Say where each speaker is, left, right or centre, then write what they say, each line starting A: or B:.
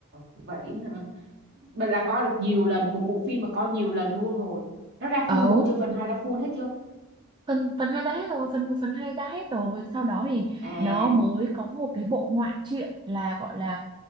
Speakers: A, on the right; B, on the right.
A: vậy hả? Bạn là coi được nhiều lần một bộ phim mà coi nhiều lần luôn rồi nó ra
B: ờ
A: full bộ chưa phần 2 ra full hết chưa
B: phần phần hai đã hết rồi phần một phần hai đã hết rồi sau đó thì
A: à
B: nó mới có một cái bộ ngoại truyện là gọi là